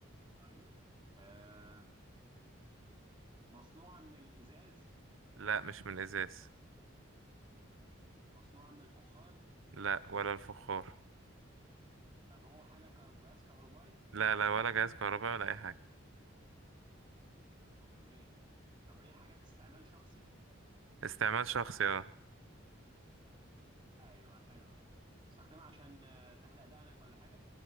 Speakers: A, on the right; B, on the right.
A: طيب آه مصنوعة من الإزاز
B: لا مش من الإزاز
A: مصنوعة من الفخار
B: لا ولا الفخار
A: طب هو حاجة كه- جهاز كهربائي
B: لا لا ولا جهاز كهرباء ولا أي حاجة
A: اوكي طب هي حاجات استعمال شخصي
B: استعمال شخصي اه
A: ايوه حلو قوي استخدمها عشان آه، تحلق دقنك ولا حاجة